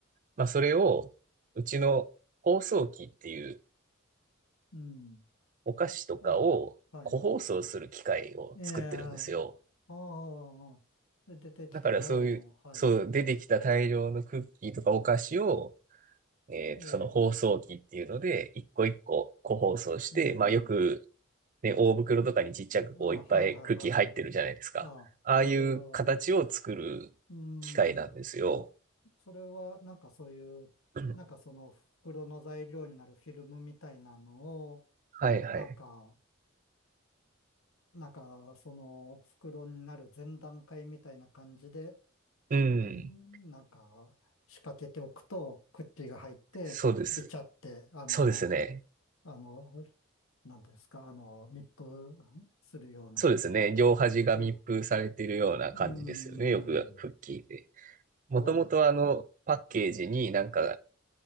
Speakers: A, on the right; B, on the left.
A: まあ、それを、うちの包装機っていう
B: うん。
A: お菓子とかを個包装する機械を作ってるんですよ。
B: はい。はい。ええ、ああ、で出てきたのを、
A: だからそういう、
B: はい。
A: そう、出てきた大量のクッキーとかお菓子を、えっと、
B: ええ、
A: その包装機っていうので、一個一個個包装して、
B: うん。
A: まあよく、
B: あ
A: ね、大袋とかにちっちゃくこういっぱいクッキー入ってるじゃないですか。
B: あ、はいはいはい。ああ、
A: ああいう形を作る機械なんですよ。
B: あれを、うん。それは、なんかそういう、
A: <clears throat>
B: なんかその袋の材料になるフィルムみたいなのを、
A: はいはい。
B: なんか、なんかその袋になる前段階みたいな感じで、
A: うん。
B: うん、なんか仕掛けておくと、クッキーが入って、
A: そうです。
B: ビチャって、あの、
A: そうですね。
B: あの、なんですか、あの、密封するような、
A: そうですね。両端が密封されてるような感じですよね。
B: そういう、うーん、
A: よくクッキーで。もともとあの、
B: はい、
A: パッケージになんか